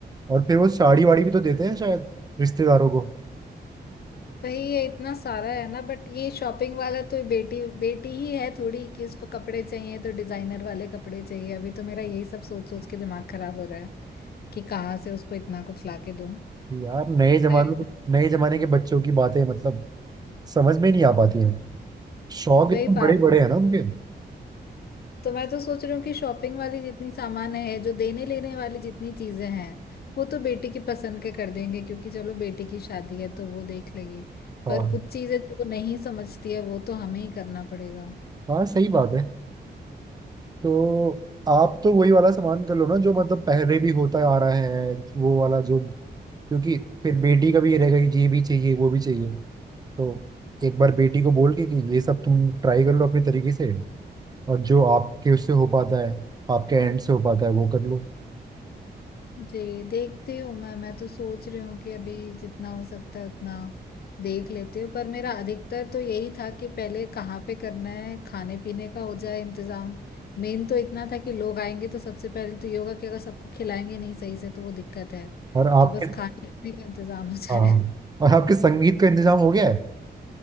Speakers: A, on the right; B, on the left.
A: और फिर वो साड़ी वाड़ी भी तो देते हैं शायद रिश्तेदारों को
B: भाई ये इतना सारा है ना बट ये शॉपिंग वाला तो बेटी बेटी ही है थोड़ी कि उसको कपड़े चाहिए तो डिजाइनर वाले कपड़े चाहिए अभी तो मेरा यही सब सोच सोच के दिमाग खराब हो रहा है कि कहाँ से उसको इतना कुछ लाके दूं
A: यार नए जमाने
B: वही
A: नए जमाने के बच्चों की बातें मतलब समझ में नहीं आ पाती हैं शौक
B: वही
A: इतने बड़े
B: बात
A: बड़े हैं ना उनके
B: तो मैं तो सोच रही हूँ कि शॉपिंग वाली जितनी सामान है जो देने लेने वाली जितनी चीजें हैं वो तो बेटी की पसंद के कर देंगे क्योंकि चलो बेटी की शादी है तो वो देख लेगी
A: हाँ
B: पर कुछ चीजें जो वो नहीं समझती है वो तो हमें ही करना पड़ेगा
A: हाँ सही बात है तो आप तो वही वाला सामान कर लो ना जो मतलब पहले भी होता आ रहा है वो वाला जो क्योंकि फिर बेटी का भी ये रहेगा कि ये भी चाहिए वो भी चाहिए तो एक बार बेटी को बोल के कि ये सब तुम ट्राई कर लो अपने तरीके से और जो आपके उससे हो पाता है आपके एंड से हो पाता है वो कर लो
B: जी देखती हूँ मैं मैं तो सोच रही हूँ कि अभी जितना हो सकता है उतना देख लेती हूँ पर मेरा अधिकतर तो यही था कि पहले कहाँ पे करना है खाने पीने का हो जाए इंतजाम मेन तो इतना था कि लोग आएंगे तो सबसे पहले तो ये होगा कि अगर सबको खिलाएंगे नहीं सही से तो वो दिक्कत है
A: और आप
B: तो बस
A: फिर-
B: खाने पीने का इंतजाम <laughs> हो जाए
A: हाँ और आपके संगीत का इंतजाम हो गया है